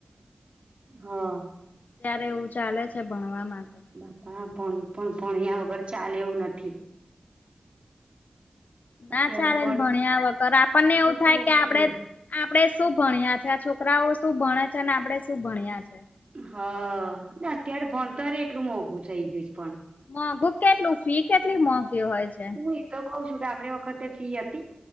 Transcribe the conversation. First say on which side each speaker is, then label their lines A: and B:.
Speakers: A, on the right (about 45°); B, on the left (about 80°).
A: હા.
B: ત્યારે એવું ચાલે છે ભણવા માટે તો.
A: બાપા ભણ પણ ભણ્યાયા વગર ચાલે એવું નથી
B: ના
A: અત્યારે
B: ચાલે
A: ભણ
B: ને ભણ્યા વગર આપણને એવું
A: તો
B: થાય
A: કઉ
B: કે આપડે
A: છું
B: આપડે શું ભણ્યા છે, આ છોકરાઓ શું ભણે છે, અને આપડે શું ભણ્યા છે.
A: હઅ અત્યારે ભણત એટલું મોંઘું થઇ ગયું છે પણ.
B: મોઘું કેટલું ફી કેટલી મોઘી હોય છે.
A: હું એ તો કઉ છું કે આપડ વખતે ફી હતી